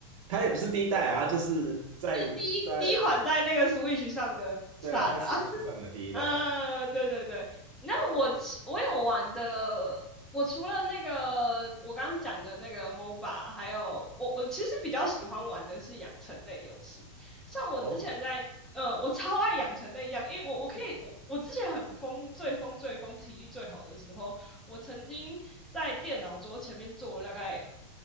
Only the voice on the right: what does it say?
它也不是第一代啊，它就是在在
对啊，在 Switch 上的第一代。
哦，